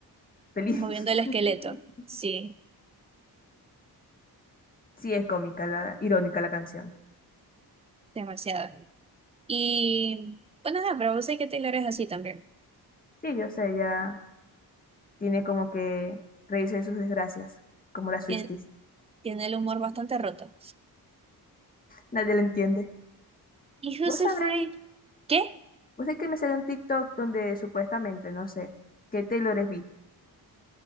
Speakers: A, on the left (about 20°); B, on the right (about 15°).
A: Feliz.
B: moviendo el esqueleto.
A: <laughs>
B: Sí,
A: Sí, es cómica, la, irónica la canción.
B: demasiado. Y bueno, nada, pero vos sé que Taylor es así también.
A: Sí, yo sé, ella tiene como que reírse de sus desgracias, como las Swifties.
B: Tiene, tiene el humor bastante roto.
A: Nadie la entiende.
B: ¿Y Who's
A: ¿Vos
B: Afraid?
A: sabéis
B: ¿Qué?
A: Vos sabés que me salió un TikTok donde supuestamente, no sé, que Taylor es bi.